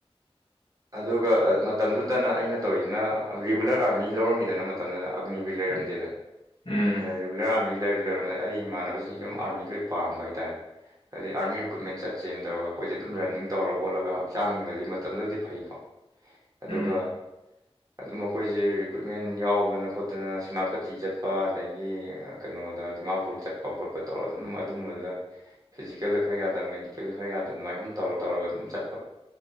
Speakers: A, on the right; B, on the left.
A: ꯑꯗꯨꯒ ꯃꯇꯝꯗꯨꯗꯅ ꯑꯩꯅ ꯇꯧꯔꯤꯁꯤꯅ ꯔꯤꯒꯨꯂꯔ ꯑꯥꯔꯃꯤ ꯂꯧꯔꯝꯃꯤꯗꯅ ꯃ ꯇꯝꯗꯨꯗ ꯑꯒꯅꯤꯒꯤ ꯂꯩꯔꯝꯗꯦꯗꯅ
B: ꯎꯝ ꯎꯝ
A: ꯑꯗꯨꯅ ꯔꯤꯒꯨꯂꯔ ꯑꯥꯔꯃꯤ ꯂꯩ ꯂꯩꯔꯝꯕ ꯑꯩ ꯏꯃꯥꯟꯅꯕꯁꯤꯡꯁꯤ ꯑꯗꯨꯝ ꯑꯥꯔꯃꯤ ꯂꯣꯏ ꯄꯥꯝꯕ ꯍꯥꯏꯇꯥꯔꯦ ꯑꯗꯩ ꯑꯥꯔꯃꯤ ꯔꯤꯀ꯭ꯋꯤꯞꯃꯦꯟ ꯆꯠꯁꯦꯅ ꯇꯧꯔꯒ ꯑꯩꯈꯣꯏꯁꯦ ꯑꯗꯨꯝ ꯔꯟꯅꯤꯡ ꯇꯧꯔ ꯈꯣꯠꯂꯒ ꯍꯛꯆꯥꯡꯗꯗꯤ ꯃꯇꯝꯗꯨꯗꯗꯤ ꯐꯩꯀꯣ꯫ ꯑꯗꯨꯒ
B: ꯎꯝ
A: ꯑꯗꯨꯝ ꯑꯈꯣꯏꯁꯦ ꯔꯤꯀ꯭ꯔꯨꯏꯠꯃꯦꯟ ꯌꯥꯎꯗꯅ ꯈꯣꯠꯇꯅ ꯁꯦꯅꯥꯄꯇꯤ ꯆꯠꯄ ꯑꯗꯒꯤ ꯀꯩꯅꯣꯗ ꯗꯤꯃꯥꯄꯨꯔ ꯆꯠꯄ ꯈꯣꯠꯄ ꯇꯧꯔꯒ ꯑꯗꯨꯝ ꯑꯗꯨꯝꯕꯗꯨꯗ ꯐꯤꯖꯤꯀꯦꯜꯗ ꯈꯔ ꯌꯥꯗꯕ ꯃꯦꯗꯤꯀꯦꯜꯗ ꯈꯔ ꯌꯥꯗ ꯑꯗꯨꯃꯥꯏꯅ ꯁꯨꯝ ꯇꯧꯔ ꯇꯧꯔꯒ ꯑꯗꯨꯝ ꯆꯠꯄ